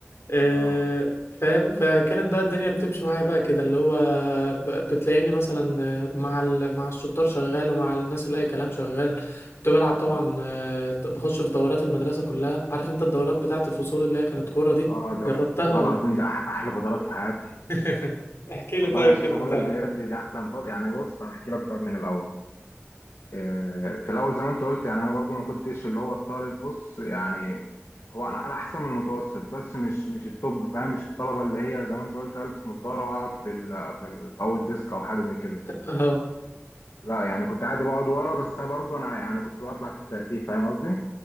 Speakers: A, on the left; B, on the left.
A: آه،
B: اه
A: فاهم فكانت بقى الدنيا بتمشي معايا بقى كده اللي هو ب- بتلاقيني مثلا آه، مع ال- مع الشطار شغال ومع الناس اللي اي كلام شغال كنت بلعب
B: اه
A: طبعا آه، د- بخش في دورات المدرسة كلها عارف انت الدورات بتاعة الفصول اللي هي كانت كورة دي
B: اه ده
A: جربتها
B: والله
A: ولا
B: العظيم دي أح احلى فترات في حياتي
A: <laughs> احكي
B: والله
A: لي طيب
B: عشان
A: كده
B: كده
A: انت
B: بقول لك بجد دي احسن فتره يعني بص انا احكي لك طب من الاول آه في الاول زي ما انت قلت يعني انا برضو ما كنتش اللي هو الطالب بص يعني هو انا انا احسن من المتوسط بس مش مش التوب فاهم مش الطلبه اللي هي زي ما انت قلت البس نظاره واقعد في ال في, ال في اول ديسك او حاجه زي كده
A: اه
B: لا يعني كنت عادي بقعد ورا بس انا برضو انا يعني كنت بطلع في الترتيب فاهم قصدي